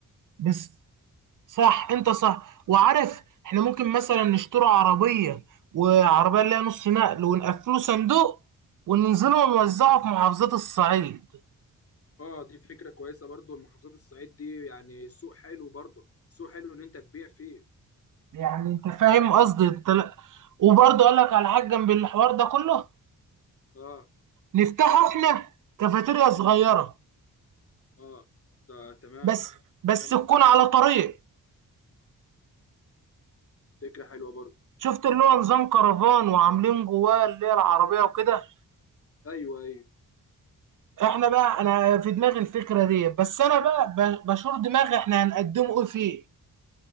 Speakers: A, on the right (about 60°); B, on the left (about 40°).
A: بس صح انت صح وعارف احنا ممكن مثلا نشتري عربية وعربية اللي هي نص نقل ونقفله صندوق وننزله ونوزعه في محافظات الصعيد
B: اه دي فكرة كويسة برضو المحافظات الصعيد دي يعني سوق حلو برضو سوق حلو ان انت تبيع فيه
A: يعني انت فاهم قصدي انت لا وبرضه اقول لك على حاجة جنب الحوار ده كله
B: اه
A: نفتحه احنا كافيتيريا صغيرة
B: اه ده تمام
A: بس بس
B: تمام.
A: تكون على طريق
B: فكرة حلوة برضو
A: شفت اللي هو نظام كرفان وعاملين جواه اللي هي العربية وكده
B: ايوه ايوه
A: احنا بقى انا في دماغي الفكرة دي بس انا بقى ب- بشور دماغي احنا هنقدمه ايه فيه